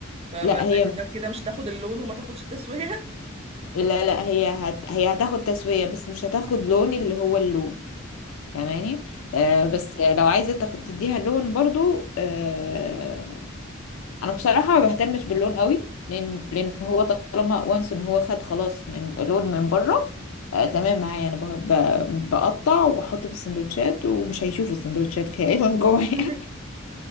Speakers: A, on the right; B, on the left.
A: فبتاكد
B: لا هي
A: بقى كده مش تاخد اللون وما تاخدش تسويه
B: لا لا هي هت... هي هتاخد تسوية بس مش هتاخد لون اللي هو اللون فاهماني آه
A: تمام.
B: بس لو عايزة تاخد تديها لون برضو آه انا بصراحه ما بهتمش باللون قوي لان لان هو طالما وانس ان هو خد خلاص من لون من بره آه تمام معايا انا بق- ب- بقطع واحط في السندوتشات ومش هيشوف السندوتشات فيها ايه من جوه يعني
A: <laughs>